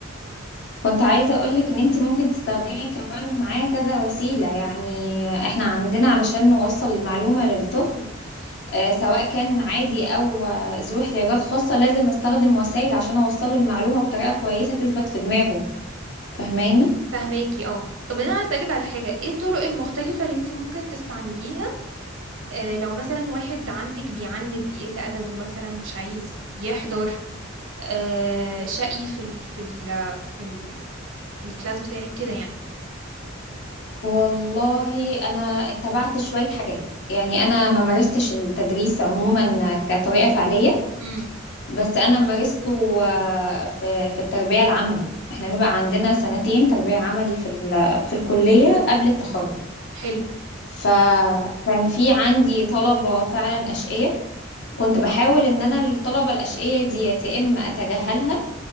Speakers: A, on the left; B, on the right.
A: كنت عايزة أقولك إن أنتي ممكن تستخدمي كمان معاه كذا وسيلة يعني إحنا عندنا علشان نوصل المعلومة للطفل آه، سواء كان عادي أو آه، ذو احتياجات خاصة لازم أستخدم وسائل عشان أوصله المعلومة بطريقة كويسة تثبت في دماغه فاهماني؟
B: فهماكي اه طب انا عايزة اسألك على حاجة ايه الطرق المختلفة اللي انت ممكن تستعمليها آه، لو مثلا واحد عندك بيعند بيقل ادبه مثلا مش عايز يحضر آه، شقي في ال في ال في ال في الكلاس بتاعك كده يعني
A: والله أنا اتبعت شوية حاجات يعني أنا ما مارستش التدريس عموما كطريقة فعلية
B: امم
A: بس انا مارسته آه، في في التربية العملي احنا بيبقى عندنا سنتين تربية عملي في ال- في الكلية قبل التخرج
B: حلو
A: فكان في عندي طلبة فعلا أشقية كنت بحاول ان انا الطلبة الأشقية ديت يا اما اتجاهلها